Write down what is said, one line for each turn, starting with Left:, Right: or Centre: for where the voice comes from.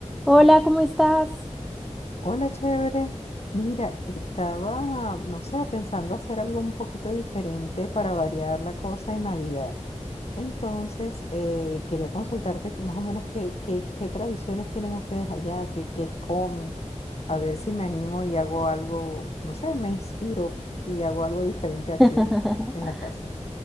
Centre: Hola, ¿cómo estás?
Left: Hola, chévere. Mira, estaba, no sé, pensando hacer algo un poquito diferente para variar la cosa en Navidad. Entonces, eh, quería consultarte más o menos qué, qué, qué tradiciones tienen ustedes allá, qué, qué comen, a ver si me animo y hago algo, no sé, me inspiro y hago algo diferente aquí
Centre: <laughs>
Left: en, la casa.